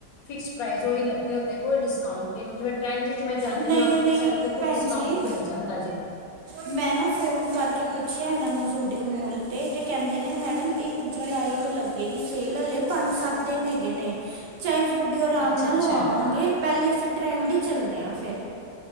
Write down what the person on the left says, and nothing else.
ਫਿਕਸ ਪ੍ਰਾਈਸ ਉਹੀ ਲੱਗੇ ਹੁੰਦੇ ਕੋਈ ਡਿਸਕਾਊਂਟ ਹੀ ਹੁਣ ਜਿਵੇਂ ਟ੍ਰੈਂਡ ਮੈਂ ਜਾਂਦੀ
ਹਾਂ ਉੱਥੇ
ਸਾਨੂੰ ਦੇਖੋ
ਡਿਸਕਾਊਂਟ
ਮਿਲ ਜਾਂਦਾ ਜੇ।
ਅੱਛਾ
ਅੱਛਾ